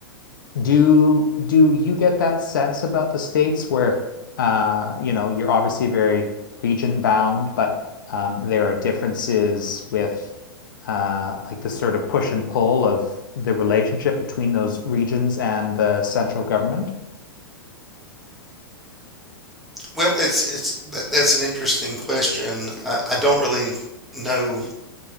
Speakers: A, on the left; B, in the centre.
A: do do you get that sense about the states where uh, you know, you're obviously very region bound, but um, there are differences with uh, like the sort of push and pull of the relationship between those regions and the central government?
B: Well, it's it's that, that's an interesting question. I, I don't really know.